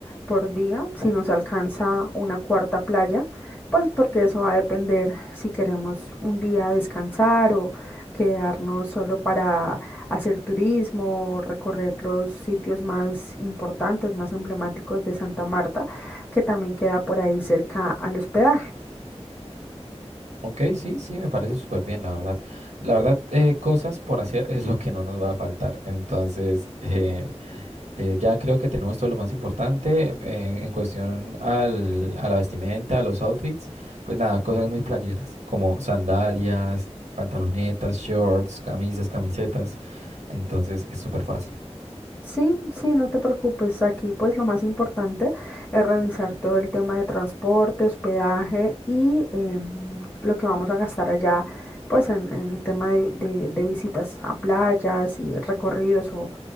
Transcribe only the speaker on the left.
por día, si nos alcanza una cuarta playa, pues porque eso va a depender si queremos un día descansar o quedarnos solo para hacer turismo, recorrer los sitios más importantes, más emblemáticos de Santa Marta, que también queda por ahí cerca al hospedaje.
Sí, sí, no te preocupes. Aquí pues lo más importante es revisar todo el tema de transporte, hospedaje y em, lo que vamos a gastar allá pues en, en el tema de, de- de visitas a playas y recorridos o,